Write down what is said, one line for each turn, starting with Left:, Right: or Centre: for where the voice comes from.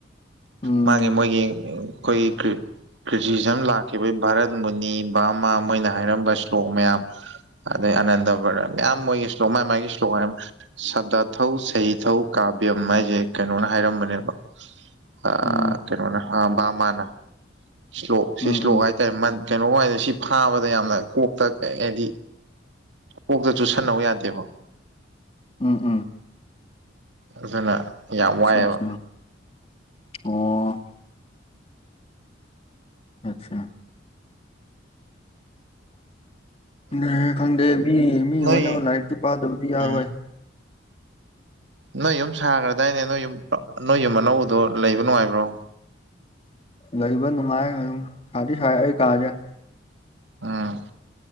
Left: ꯎꯝ
Right: ꯃꯥꯅꯤ ꯃꯣꯏꯒꯤ ꯑꯩꯈꯣꯏꯒꯤ ꯀꯔꯤ ꯀ꯭ꯔꯤꯇꯤꯖꯝ ꯂꯥꯛꯈꯤꯕꯒꯤ ꯚꯥꯔꯠ ꯃꯨꯅꯤ ꯕꯥꯃꯥ ꯃꯣꯏꯅ ꯍꯥꯏꯔꯝꯕ ꯏꯁ꯭ꯂꯣꯛ ꯃꯌꯥꯝ ꯑꯗꯩ ꯑꯅꯟꯗꯕꯔ ꯃꯌꯥꯝ ꯃꯣꯏꯒꯤ ꯏꯁ꯭ꯂꯣꯛ ꯃꯥꯏ ꯃꯥꯏꯒꯤ ꯏꯁ꯭ꯂꯣꯛ ꯃꯌꯥꯝ ꯁꯗꯥꯊꯧ ꯁꯍꯤꯊꯧ ꯀꯥꯕ꯭ꯌꯝ ꯍꯥꯏꯁꯦ ꯀꯩꯅꯣꯅ ꯍꯥꯏꯔꯝꯕꯅꯦꯕ ꯑ
Left: ꯎꯝ
Right: ꯀꯩꯅꯣꯅ ꯑꯥ ꯑꯚꯃꯅ ꯏꯁ꯭ꯂꯣꯛ ꯁꯤ
Left: ꯎꯝ
Right: ꯏꯁ꯭ꯂꯣꯛ
Left: ꯎꯝ
Right: ꯍꯥꯏꯇꯥꯔꯦ ꯀꯩꯅꯣ ꯍꯥꯏ ꯁꯤ ꯐꯥꯕꯗ ꯌꯥꯝꯅ ꯀꯣꯛꯇ ꯍꯥꯏꯗꯤ ꯀꯣꯛꯇ ꯆꯨꯁꯟꯅꯧ ꯌꯥꯗꯦꯕ
Left: ꯎꯝ ꯎꯝ
Right: ꯑꯗꯨꯅ ꯌꯥꯝ
Left: ꯑꯆꯥ
Right: ꯋꯥꯏꯑꯦꯕ
Left: ꯑꯆꯥ ꯑꯣ ꯑꯆꯥ ꯈꯪꯗꯦ ꯈꯪꯗꯦ ꯃꯤ ꯃꯤ
Right: ꯅꯣꯏ
Left: ꯑꯣꯏꯅꯕ ꯂꯥꯏꯔꯤꯛꯇꯤ ꯄꯥꯗꯕꯗꯤ ꯌꯥꯔꯣꯏ
Right: ꯎꯝ ꯅꯣꯏ ꯌꯨꯝ ꯁꯥꯈ꯭ꯔꯗꯥꯏꯅꯦ ꯅꯣꯏ ꯌꯨꯝ ꯅꯣꯏ ꯌꯨꯝ ꯑꯅꯧꯕꯗꯣ ꯂꯩꯕ ꯅꯨꯡꯉꯥꯏꯕ꯭ꯔꯣ
Left: ꯂꯩꯕ ꯅꯨꯡꯉꯥꯏ ꯑꯗꯨꯝ ꯁꯥꯗꯤ ꯁꯥꯏ ꯑꯩ ꯀꯥꯁꯦ
Right: ꯎꯝ